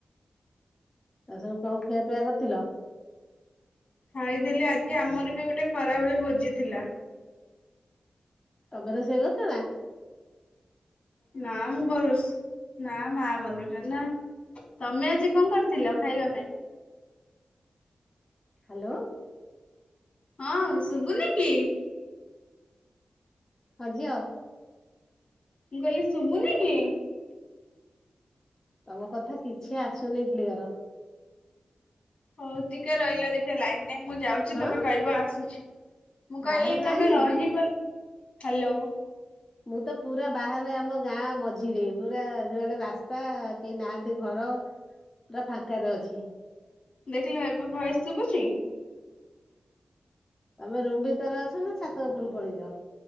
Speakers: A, on the left (about 20°); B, on the left (about 45°).
A: ଆ ସବୁ କଣ ଖିଆପିଆ କରିଥିଲ?
B: ଖାଇଥିଲି ଆଜି ଆମର ବି ଗୋଟେ ଖରାବେଳେ ଭୋଜି ଥିଲା।
A: ତମେ ତ ସେଇ କରଛନା।
B: ନା ମୁଁ ଘରେ ବସି ନା ମା ବନଉଛ ନା ତମେ ଆଜି କଣ କରିଥିଲ ଖାଇବା ପାଇଁ?
A: ହ୍ୟାଲୋ
B: ହଁ ଶୁଭୁନି କି?
A: ହଜି ଆ
B: ମୁଁ କହିଲି ଶୁଭୁନ କି?
A: ତମ କଥା କିଛି ଆସୁନି କ୍ଲିଅର।
B: ହଉ ଟିକେ ରହିଲା ଦେଖିବା ଲାଇନ ନାଇ ମୁଁ ଯାଉଛି
A: ହଁ
B: ତମେ କହିବ ଆସୁଛି। ମୁଁ କହିଲି
A: ବାହାରେ ନା
B: ତମେ
A: କି?
B: ରହିବ ହ୍ୟାଲୋ।
A: ମୁଁ ତ ପୁରା ବାହାରେ ଆମ ଗାଁ ମଝିରେ ପୁରା ଯୁଆଡେ ରାସ୍ତା କେହି ନାହାନ୍ତି ଘର ପୁରା ଫାଙ୍କାରେ ଅଛି।
B: ଦେଖିଲ ଏବେ ଭୟସ ଶୁଭୁଚି।
A: ତମେ ରୁମ୍ ଭିତରେ ଅଛ ନା ଛାତ ଉପରୁ ପଳେଇଛ।